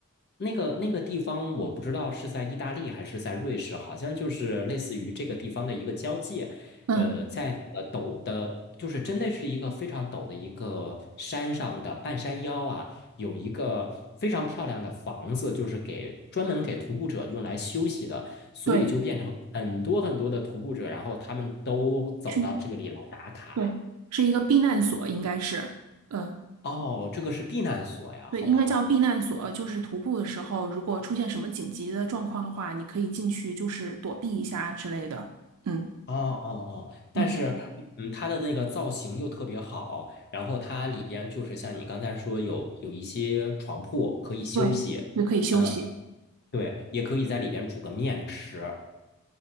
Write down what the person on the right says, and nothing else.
嗯，
对，
去对，是一个避难所，应该是，嗯，
对，
应该叫避难所。就是徒步的时候，如果出现什么紧急的状况的话，你可以进去，就是躲避一下之类的。嗯
嗯，
对，也可以休息。